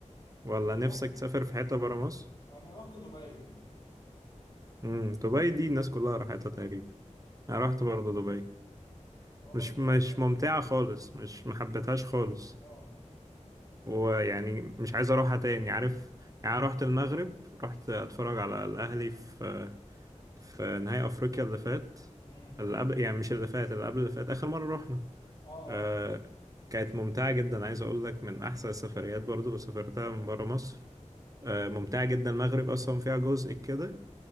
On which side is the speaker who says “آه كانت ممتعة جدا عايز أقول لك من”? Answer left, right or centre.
Right